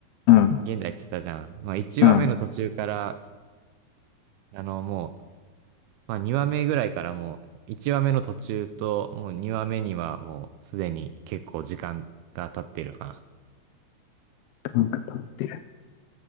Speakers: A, on the left (about 80°); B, on the right (about 80°).
A: うん、
B: 現代って言ったじゃん。まあ、1話目の途中から、
A: うん。
B: あの、もう、まあ2話目ぐらいからもう1話目の途中ともう2話目にはもうすでに結構時間が経ってるかな。
A: うんって